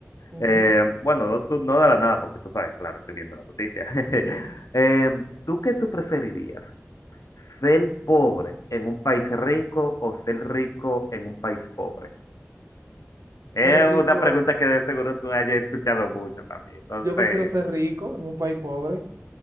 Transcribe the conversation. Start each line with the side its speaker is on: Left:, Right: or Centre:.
Right: Ujú.
Left: Eh, bueno, no, tú- no de la nada, porque tú sabes, claro, estoy viendo las noticias. <laughs> Em, ¿tú qué tú preferirías? ¿Ser pobre en un país rico o ser rico en un país pobre? Es
Right: Ser
Left: una
Right: rico,
Left: pregunta que de seguro tú hayas escuchado mucho también. Entonces,
Right: yo prefiero ser rico en un país pobre.